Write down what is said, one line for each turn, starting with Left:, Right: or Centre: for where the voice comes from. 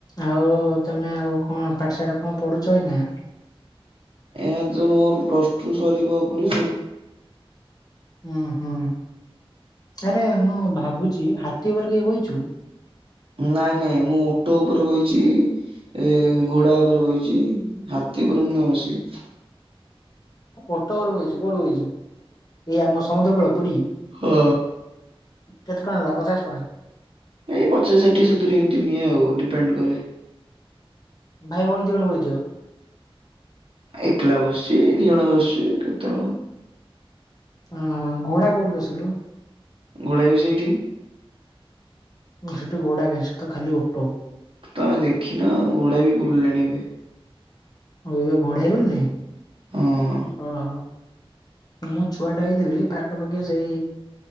Left: ଆଉ ତମେ ଆଉ କଣ ପାଠଶାଠ କଣ ପଢୁଚ ଏଇନା?
Right: ଏନେ ତ ମୋର ପ୍ଲସ୍ ଟୁ ସରିବା ଉପରେ ଆଉ।
Left: ଉଁ ହୁଁ। ଆରେ ମୁଁ ଭାବୁଛି ହାତୀ ଉପରେ କିଏ ବଇଚୁ?
Right: ନାଇଁ ନାଇଁ ମୁଁ ଓଟୋ ଉପରେ ବଇଚି। ଏ ଘୋଡା ଉପରେ ବଇଚି। ହାତୀ ଉପରେ ମୁଁ କାଇଁ ବସିବି
Left: ଓଟ ଉପରେ ବଇଚୁ କୋଉଠି ବଇଚୁ ଏଇ ଆମ ସମୁଦ୍ର କୂଳ ପୁରୀ?
Right: ହଁ
Left: କେତେ ଟଙ୍କା ନଲା ପଚାଶ ଟଙ୍କା?
Right: ଏଇ ପଚାଶ ଷାଠିଏ ସତୁରି ଏମିତି ନିଏ ଆଉ ଡିପେଣ୍ଡ କରେ
Left: ଭାଇ ବଉଣୀ ଦି ଜଣ ବଇଥିବ?
Right: ଏକଲା ବସିଚି ଦି ଜଣ ବସିଚି କେତେ ଜଣ
Left: ଅ ଘୋଡା କୋଉଠି ବସିଲୁ?
Right: ଘୋଡ଼ା ବି ସେଇଠି।
Left: ଉଁ ସେଠି ଘୋଡା କାଇଁ ସେଟି ତ ଖାଲି ଓଟ।
Right: ତମେ ଦେଖିନ ଆ ଘୋଡ଼ା ବି ବୁଲିଲେଣି ଏବେ।
Left: <unintelligible>
Right: ହଁ
Left: ଓଁ ହୋ। ମୁଁ ଛୁଆ ଟା ହେଇଥିଲି ପାଖାପାଖି ସେଇ